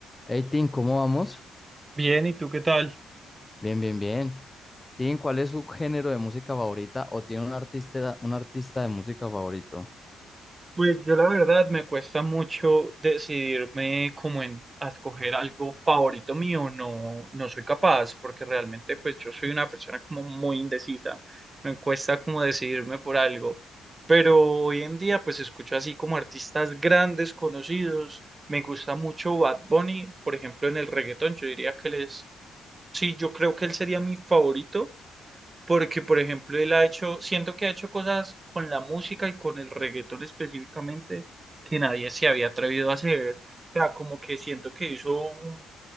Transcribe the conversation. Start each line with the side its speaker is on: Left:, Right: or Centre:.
Left: Hey, Tim, ¿cómo vamos?
Right: Bien, ¿y tú qué tal?
Left: Bien, bien, bien. Tim, ¿cuál es su género de música favorita o tiene un artista, un artista de música favorito?
Right: Pues yo la verdad me cuesta mucho decidirme como en a escoger algo favorito mío, no, no soy capaz, porque realmente pues yo soy una persona como muy indecisa, me cuesta como decidirme por algo, pero hoy en día pues escucho así como artistas grandes, conocidos, me gusta mucho Bad Bunny, por ejemplo en el reggaetón, yo diría que él es, sí, yo creo que él sería mi favorito, porque por ejemplo él ha hecho, siento que ha hecho cosas con la música y con el reggaetón específicamente que nadie se había atrevido a hacer. O sea, como que siento que hizo un,